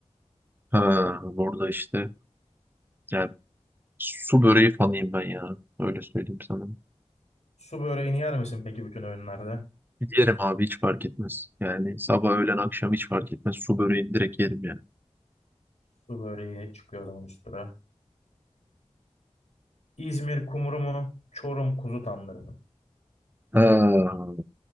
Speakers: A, on the right; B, on the left.
A: Ha, burada işte yani su böreği fanıyım ben ya. Öyle söyleyeyim sana.
B: Su böreğini yer misin peki bütün öğünlerde?
A: Yerim abi hiç fark etmez. Yani sabah, öğlen, akşam hiç fark etmez. Su böreğini direkt yerim yani.
B: Su böreği çıkıyor o zaman üstüne. İzmir kumru mu? Çorum kuzu tandırı mı?
A: Ha,